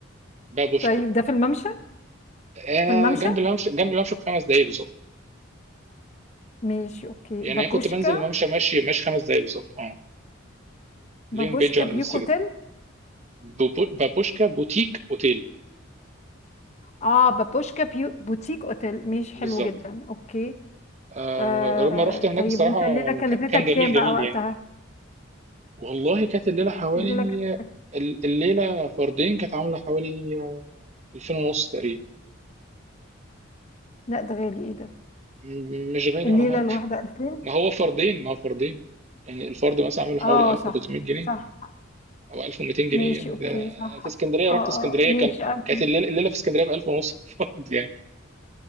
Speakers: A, on the right; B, on the left.
A: بابوشكا
B: طيب ده في الممشى
A: آه
B: في الممشى
A: جنب الممشى جنب الممشى بخمس دقايق بالظبط
B: ماشي اوكي
A: يعني
B: بابوشكا
A: انا كنت بنزل الممشى ماشي ماشي خمس دقايق بالظبط اه
B: بابوشكا
A: ليهم بيج على
B: بيوك
A: الانستجرام
B: اوتيل
A: بابو- بابوشكا بوتيك اوتيل
B: اه بابوشكا بيو بوتيك اوتيل ماشي حلو
A: بالظبط
B: جدا اوكي
A: آه
B: آه
A: لما رحت هناك
B: طيب
A: الصراحة
B: وانت الليله
A: مك-
B: كلفتك
A: مكان جميل
B: كام
A: جميل
B: بقى وقتها
A: يعني والله كانت الليلة حوالي
B: الليله كلفتك
A: ال- الليلة فردين كانت عاملة حوالي ألفين ونص تقريبا
B: لا ده غالي ايه ده
A: م- مش غالي
B: الليله
A: ولا حاجة
B: الواحده
A: <laughs>
B: 2000
A: ما هو فردين ما هو فردين يعني الفرد مثلا عامله حوالي
B: اه
A: 1300
B: صح
A: جنيه
B: صح
A: أو 1200 جنيه
B: ماشي
A: يعني
B: اوكي
A: ده
B: صح
A: أنا في اسكندرية رحت
B: اه اه
A: اسكندرية
B: ماشي
A: كان
B: 1000
A: كانت الليلة, الليلة في اسكندرية ب 1000 ونص <laughs> فرد يعني